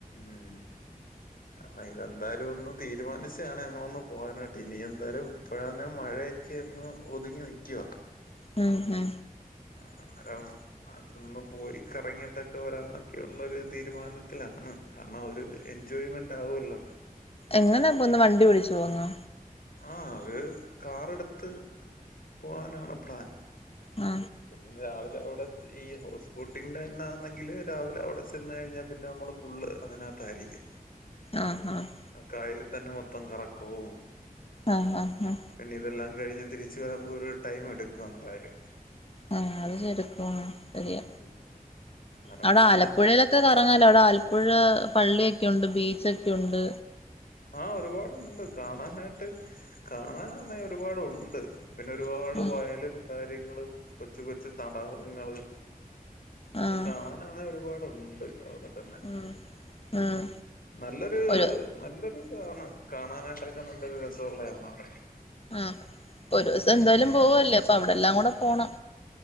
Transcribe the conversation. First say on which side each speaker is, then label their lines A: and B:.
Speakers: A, on the left; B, on the left.
A: മ്മ്ഹ്... കരണം ഇതെന്തായാലും ഒന്ന് തീരുമാനിച്ചാണ് ഞങ്ങളൊന്ന് പോവാനായിട്ട്. ഇനി എന്തായാലും ഇപ്പഴാന്ന് മഴ ക്കെ ഒന്ന് ഒതുങ്ങി നിക്യുവാ.
B: മ്മ് മ്മ്...
A: ആ അന്നേരം.. അതന്ന് പോയി കറങ്ങിട്ടൊക്കെ വരാനൊക്കെള്ളരു തീരുമാനത്തിലാണ് കരണം ഓര്. A enjoyment ആവല്ലോ.
B: എങ്ങനെയപോവ്ന്നേ വണ്ടി വിളിച്ചു പോവ്ന്നൊ.
A: ആ അവര് കാറെടുത്ത് പോവാനാണ് പ്ലാൻ..
B: ആ...
A: പിന്നെ രാവിലെ അവിടെ ഈ ഹൗസ് ബോട്ടിങ്ങിന്റെന്നെ ആന്നെങ്കില് രാവിലെ അവിടെ ചെന്നഴിഞ്ഞാൽ പിന്നെ നമ്മൾ.. ഫുള്ള് അതിനകത്തായിരിക്കും
B: ആഹ് ആഹ്
A: ആഹ് കായലിൽ തന്നെ മൊത്തം കറക്കവും
B: ആഹ് ആഹ് ആഹ്
A: പിന്നെ ഇതെല്ലാം കഴിഞ്ഞ് തിരിച്ചു വരുമ്പോ ഒരു ടൈം എടുക്കും എന്തായാലും
B: ആഹ് അത് ശെടുക്കും ശരിയ
A: ഉം അന്നേരം
B: അവിടെ
A: പിന്നെ
B: ആലപ്പുഴയിലൊക്കെ കറങ്ങാലോ അവിടെ പുഴ പള്ളിയൊക്കെയുണ്ട് ബീച്ചൊക്കെയുണ്ട്
A: ആഹ് ഒരുപാടുണ്ട് കാണാനായിട്ട് കാണാനാന്നേ ഒരുപാടുണ്ട് പിന്നെ ഒരുപാട്
B: ആഹ്
A: വയലും കാര്യങ്ങളും കൊച്ചു കൊച്ചു തടാകങ്ങള്
B: ആഹ്
A: കാണാനാന്നേ ഒരുപാടുണ്ട് അവിടെ തന്നെ
B: ഉം ഉം
A: നല്ലൊരു
B: ഒരു
A: നല്ലൊരു കാണ കാണാനായിട്ടൊക്കെ നല്ലൊരു രസമുള്ളതാണ് അവിടെ
B: ആഹ് ഒരൂസം
A: ഉം
B: എന്തായാലും പോവല്ലേ അപ്പം അവിടെ എല്ലാം കൂടെ പോണം